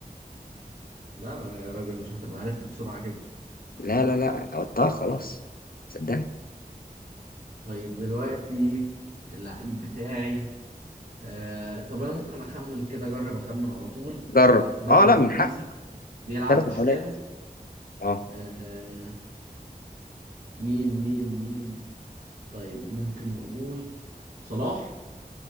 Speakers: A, on the right (about 85°); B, on the left (about 65°).
A: لا لا يا راجل مش هتبقى عرفت بسرعة كده
B: لا لا لا لقطتها خلاص صدقني
A: طيب دلوقتي اللعيب بتاعي آه طب انا ممكن اخمن كده اجرب اخمن على طول
B: جرب
A: دوري
B: اه لا
A: انجليزي
B: من حق
A: بيلعب
B: ثلاث
A: بشماله
B: محاولات اه
A: آه مين مين مين طيب ممكن نقول صلاح